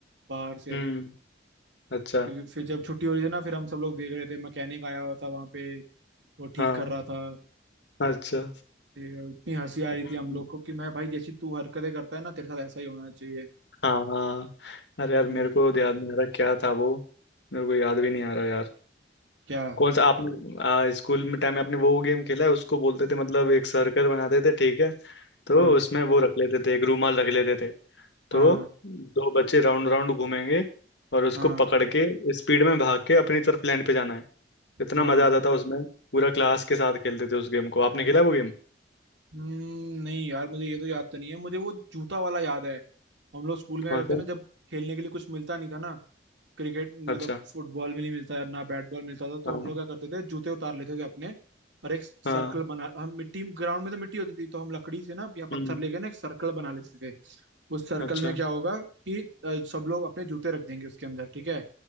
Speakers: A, on the right; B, on the left.
A: बाहर से
B: हम्म अच्छा
A: फिर फिर जब छुट्टी हो रही थी ना फिर हम सब लोग देख रहे थे मैकेनिक आया हुआ था वहां पे वो
B: हाँ
A: ठीक कर रहा था
B: अच्छा
A: ठीक है, इतनी हंसी आ रही
B: हम्म,
A: थी हम लोग को कि मैं भाई जैसी तू हरकतें करता है ना तेरे साथ ऐसा ही होना चाहिए
B: हाँ अरे यार
A: हम्म,
B: मेरे को याद नहीं आ रहा क्या था वो मेरे को याद भी नहीं आ रहा यार
A: क्या
B: कौन सा आपने आ, स्कूल में टाइम में आपने वो गेम खेला है उसको बोलते थे मतलब एक सर्कल बनाते थे ठीक है तो
A: हाँ
B: उसमें वो रख लेते थे एक रूमाल रख लेते थे तो
A: हाँ
B: दो बच्चे राउंड राउंड घूमेंगे और उसको
A: हाँ
B: पकड़ के स्पीड में भाग के अपनी तरफ लैंड पे जाना है इतना
A: हाँ
B: मजा आता था उसमें पूरा क्लास के साथ खेलते थे उस गेम को आपने खेला वो गेम
A: हम्म, नहीं यार मुझे ये तो याद तो नहीं है मुझे वो जूता वाला याद है हम लोग स्कूल में
B: कौन
A: क्या करते
B: सा
A: ना जब खेलने के लिए कुछ मिलता नहीं था ना क्रिकेट
B: अच्छा
A: मतलब फुटबॉल में नहीं मिलता यार ना बैट बॉल मिलता था तो
B: हाँ
A: हम लोग क्या करते थे जूते उतार लेते थे अपने और एक सर्कल
B: हाँ
A: बना हम मिट्टी ग्राउंड में तो मिट्टी होती थी तो हम लकड़ी से ना या पत्थर
B: हम्म
A: लेके ना एक सर्कल बना लेते थे उस सर्कल
B: अच्छा
A: में क्या होगा कि अ, सब लोग अपने जूते रख देंगे उसके अंदर ठीक है